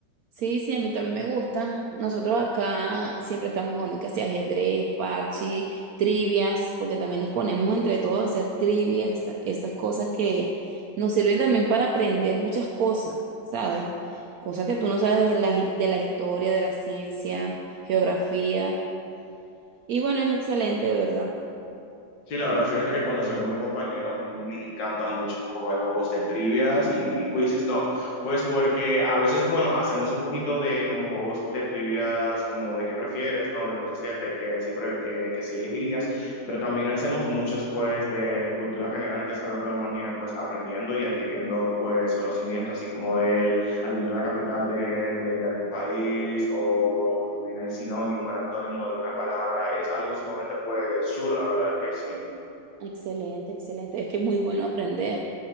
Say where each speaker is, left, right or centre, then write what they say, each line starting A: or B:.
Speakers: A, on the right; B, on the left.
A: Sí, sí, a mí también me gustan. Nosotros acá siempre estamos jugando casi ajedrez, parche, trivias, porque también nos ponemos entre todos a hacer trivias, esas cosas que nos sirven también para aprender muchas cosas, ¿sabes? Cosas que tú no sabes de la, hi- de la historia, de la ciencia, geografía. Y bueno, es excelente, de verdad.
B: Sí, la verdad, fíjate que cuando salgo con mi compañero me encanta mucho pues, jugar juegos de trivias y, y quizzes, no, pues porque a veces, bueno, hacemos un poquito de como juegos de trivias, como de qué prefieres, no, de cosas que, te- que, sí, pre- que, que sí elegirías, pero también hacemos muchos pues de cultura general, que es algo que nos mantiene pues aprendiendo y adquiriendo pues conocimiento, así como el adivinar la capital de, de, de algún país o adivinar el sinónimo, el antónimo de alguna palabra, es algo sumamente pues chulo, la verdad que sí.
A: Excelente, excelente. Es que es muy bueno aprender.